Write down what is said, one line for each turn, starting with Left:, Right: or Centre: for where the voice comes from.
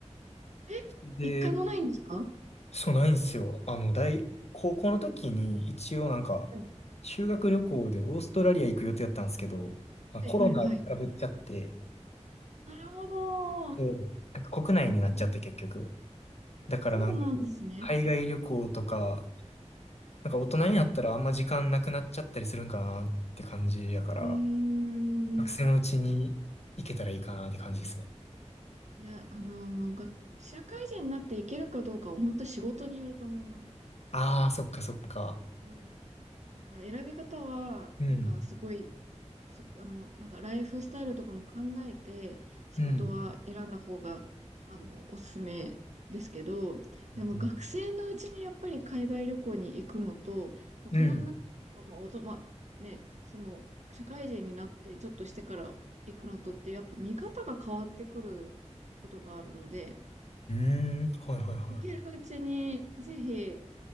Right: え、
Left: で、
Right: 一回もないんですか
Left: そうないんですよ。あの、大、高校の時に一応なんか、
Right: はい、
Left: 修学旅行でオーストラリア行く予定だったんですけど、まあコロナがぶっちゃって、
Right: はい、はい。はいなるほど。
Left: うんなんか国内になっちゃって結局。
Right: うん
Left: だからなんか、
Right: そうなんですね。
Left: 海外旅行とか、なんか大人になったらあんま時間なくなっちゃったりするんかなって感じやから、
Right: うーん。
Left: 学生のうちに行けたらいいかなって感じですね。
Right: いや、あのー、が社会人になっていけるかどうかは本当仕事によると思います。
Left: ああ、そっかそっか。
Right: うん。なんか選び方は、
Left: うん。
Right: なんかすごいそ、あの、なんかライフスタイルとかも考えて仕事は選んだ方が、
Left: うん。
Right: あの、おすすめですけど、
Left: うん。
Right: でも学生のうちにやっぱり海外旅行に行くのと、大人になっ、
Left: うん。
Right: まあ、大人、まあ、ね、その、社会人になってちょっとしてから行くのとって、やっぱ見方が変わってくることがあるので、
Left: うーん。はいはいはい。
Right: 行けるうちにぜひ